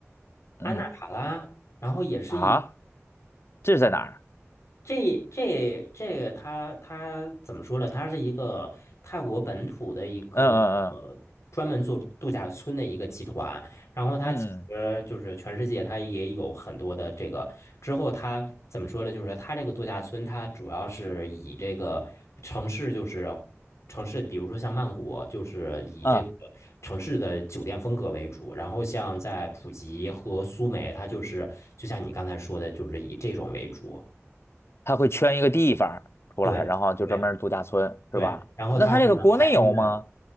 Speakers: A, on the left; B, on the left.
A: 嗯，
B: 安纳卡拉，然后也是一。
A: 啊，这是在哪儿？
B: 这这这个它它怎么说呢？它是一个泰国本土的一个呃专门做度假村的一个集团，
A: 嗯嗯
B: 然后它其实就是全世界它也有很多的这个。
A: 嗯嗯
B: 之后它怎么说呢？就是它这个度假村，它主要是以这个城市就是城市，比如说像曼谷，就是以这个
A: 嗯，
B: 城市的酒店风格为主。然后像在普吉和苏梅，它就是就像你刚才说的，就是以这种为主。
A: 他会圈一个地方出来，
B: 对对
A: 然后就专门儿度假村，
B: 对，
A: 是吧？
B: 然后它是海边的，
A: 那他这个国内有吗？